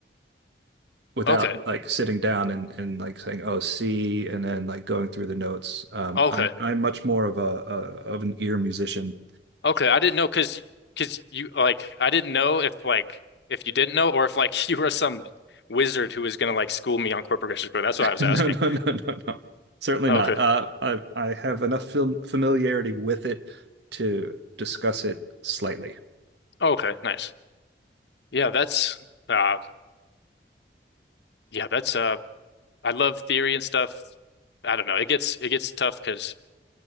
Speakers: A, on the right (about 80°); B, on the left (about 75°).
A: without
B: Okay.
A: like sitting down and and like saying, oh, C, and then like going through the notes. Um,
B: Okay.
A: I, I'm much more of a, a of an ear musician
B: Okay. I didn't know know because because you like I didn't know if like if you didn't know or if like <laughs> you were some wizard who was gonna like school me on chord progressions, but that's
A: <laughs>
B: what I was
A: No,
B: asking.
A: no, no, no, no. Certainly
B: Okay.
A: not. Uh, I, I have enough film familiarity with it to discuss it slightly.
B: Okay, nice. Yeah, that's uh yeah, that's uh I love theory and stuff. I don't know. It gets it gets tough because